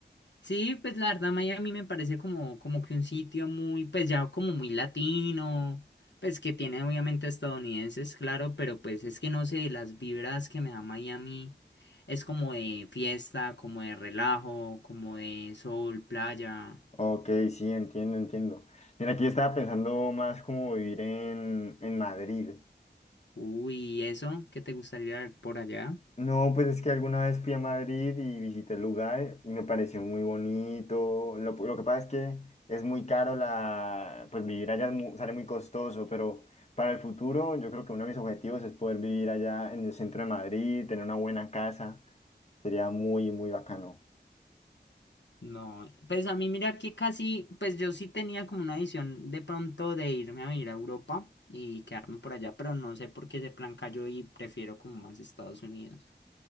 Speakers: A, on the left; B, on the left.
A: Sí, pues la verdad Miami me parece como, como que un sitio muy, pues ya como muy latino, pues que tiene obviamente estadounidenses, claro, pero pues es que no sé, las vibras que me da Miami es como de fiesta, como de relajo, como de sol, playa.
B: Ok, sí, entiendo, entiendo. Mira, aquí yo estaba pensando más como vivir en, en Madrid.
A: Uy, ¿y eso? ¿Qué te gustaría ver por allá?
B: No, pues es que alguna vez fui a Madrid y visité el lugar y me pareció muy bonito. Lo, lo que pasa es que es muy caro la, pues vivir allá es mu- sale muy costoso, pero para el futuro yo creo que uno de mis objetivos es poder vivir allá en el centro de Madrid, tener una buena casa. Sería muy, muy bacano.
A: No, pues a mí mira que casi, pues yo sí tenía como una visión de pronto de irme a vivir a Europa y quedarme por allá, pero no sé por qué ese plan cayó y prefiero como más Estados Unidos.